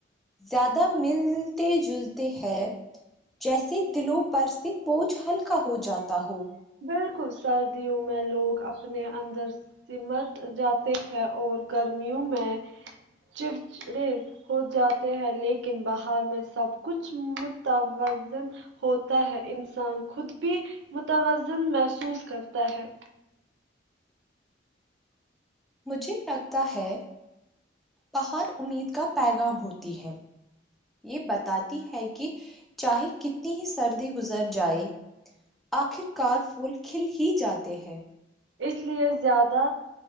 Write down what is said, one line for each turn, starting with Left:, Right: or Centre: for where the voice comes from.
Centre: زیادہ مللتے جلتے ہیں جیسے دلوں پر سے بوجھ ہلکا ہو جاتا ہو
Right: بالکل سردیوں میں لوگ اپنے اندر سمٹ جاتے ہیں اور گرمیوں میں چڑچڑے ہو جاتے ہیں لیکن بہار میں سب کچھ متوزن ہوتا ہے انسان خود بھی متوازن محسوس کرتا ہے
Centre: مجھے لگتا ہے بہار امید کا پیغام ہوتی ہے یہ بتاتی ہے کہ چاہے کتنی ہی سردی گزر جائے آخر کار پھول کھل ہی جاتے ہیں
Right: اس لیے زیادہ